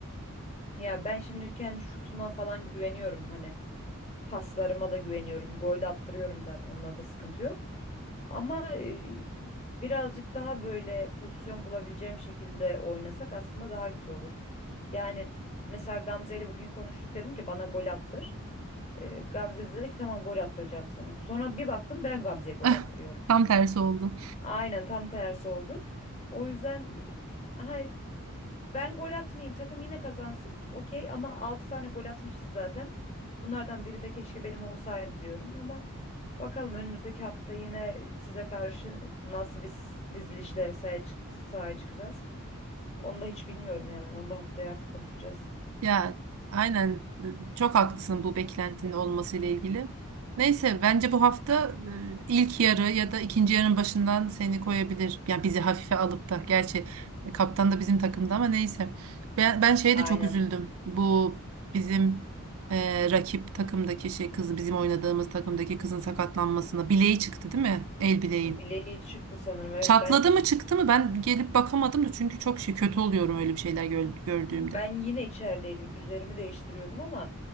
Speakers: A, on the left; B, on the right.
A: Ya ben şimdi kendi şutuma falan güveniyorum hani. Paslarıma da güveniyorum. Gol de attırıyorum zaten. Onunla da sıkıntı yok. Ama eee, birazcık daha böyle pozisyon bulabileceğim şekilde oynasak aslında daha güzel olur. Yani mesela Gamze ile bugün konuştuk dedim ki bana gol attır. Eee Gamze de dedi ki tamam gol attıracağım sana. Sonra bir baktım ben Gamze'ye gol
B: <laughs>
A: attırıyorum.
B: Tam tersi oldu.
A: Aynen tam tersi oldu. O yüzden e, ha, ben gol atmayayım takım yine kazansın. Okey ama 6 tane gol atmışız zaten. Bunlardan biri de keşke benim olsaydı diyorum ama bakalım önümüzdeki hafta yine size karşı nasıl bir s- dizilişle sahaya, çık- sahaya çıkacağız. Onu da hiç bilmiyorum yani. Onu da haftaya artık konuşacağız.
B: Ya aynen çok haklısın bu beklentinin olması ile ilgili. Neyse bence bu hafta e, ilk yarı ya da ikinci yarının başından seni koyabilir. Ya bizi hafife alıp da gerçi e, kaptan da bizim takımda ama neyse. Ben, ben şeye
A: Aynen.
B: de çok üzüldüm. Bu bizim e, rakip takımdaki şey kızı bizim oynadığımız takımdaki kızın sakatlanmasına bileği çıktı değil mi? El bileği.
A: Bileği çıktı sanırım. Evet
B: Çatladı
A: ben
B: mı çıktı mı ben gelip bakamadım da çünkü çok şey kötü oluyorum öyle bir şeyler gör- gördüğümde.
A: Ben yine içerideydim. Üzerimi değiştiriyordum ama